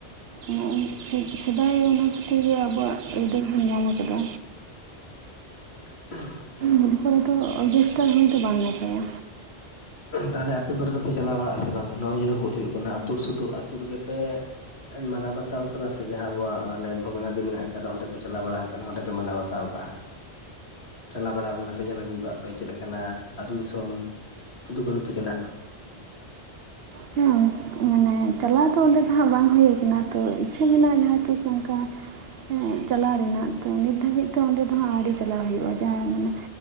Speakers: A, on the right; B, on the left.
A: <inaudible> ᱥᱮᱫᱟᱭ ᱚᱱᱟ ᱛᱮᱜᱮ ᱟᱵᱚᱣᱟᱜ ᱟᱹᱭᱫᱟᱹᱨ ᱵᱚᱱ ᱧᱟᱢ ᱟᱠᱟᱫᱟ
B: <unintelligible>
A: ᱦᱩᱞ ᱠᱚᱨᱮ ᱫᱚ ᱚᱨᱠᱮᱥᱴᱟᱨ ᱦᱩᱭ ᱫᱚ ᱵᱟᱝ ᱱᱟᱯᱟᱭᱟ
B: ᱛᱟᱦᱞᱮ ᱟᱯᱮ ᱠᱚᱨᱮ ᱫᱚᱯᱮ ᱪᱟᱞᱟᱣ ᱵᱟᱲᱟᱜ ᱟᱥᱮ ᱵᱟᱝ ᱾ᱱᱚᱜᱼᱚᱭ ᱡᱮ ᱦᱩᱞ ᱦᱩᱭᱩᱜ ᱠᱟᱱᱟ ᱟᱹᱛᱩ ᱥᱩᱫᱷᱩ ᱟᱹᱛᱩ ᱨᱮᱜᱮ ᱯᱮ ᱢᱟᱱᱟᱣ ᱵᱟᱛᱟᱣ ᱟᱠᱟᱫᱟ ᱥᱮ ᱡᱟᱦᱟᱸ ᱟᱵᱚᱣᱟᱜ ᱚᱱᱮ ᱵᱷᱚᱜᱽᱱᱟᱰᱤ ᱢᱮᱱᱟᱜ ᱟᱠᱟᱫᱟ ᱚᱸᱰᱮ ᱯᱮ ᱪᱟᱞᱟᱣ ᱵᱟᱲᱟ ᱟᱠᱟᱱᱟ ᱚᱸᱰᱮ ᱯᱮ ᱢᱟᱱᱟᱣ ᱵᱟᱛᱟᱣ ᱟᱠᱟᱫᱟ᱾ ᱪᱟᱞᱟᱣ ᱵᱟᱲᱟ ᱠᱟᱱᱟ ᱯᱮ ᱧᱮᱞ ᱟᱜᱩ ᱠᱟᱜᱼᱟ ᱯᱮ ᱪᱮᱫ ᱞᱮᱠᱟᱱᱟ ᱟᱹᱛᱩ ᱫᱤᱥᱚᱢ᱾ ᱥᱩᱫᱩ ᱠᱟᱹᱱᱩ ᱛᱤᱠᱤᱱᱟᱜ
A: ᱦᱮᱸ ᱢᱮ ᱪᱟᱞᱟᱣ ᱫᱚ ᱚᱸᱰᱮ ᱫᱚ ᱦᱟᱸᱜ ᱵᱟᱝ ᱦᱩᱭ ᱠᱟᱱᱟ ᱛᱚ ᱤᱪᱪᱷᱟᱹ ᱢᱮᱱᱟᱜᱼᱟ ᱡᱟᱦᱟᱸ ᱛᱤᱥ ᱚᱱᱠᱟ ᱮᱸ ᱪᱟᱞᱟᱣ ᱨᱮᱱᱟᱜ ᱛᱚ ᱱᱤᱛ ᱫᱷᱟᱹᱵᱤᱡ ᱛᱮ ᱚᱸᱰᱮ ᱫᱚ ᱦᱟᱸᱜ ᱟᱹᱰᱤ ᱪᱟᱞᱟᱣ ᱦᱩᱭᱩᱜᱼᱟ ᱡᱟᱦᱟᱸ ᱢᱟᱱᱮ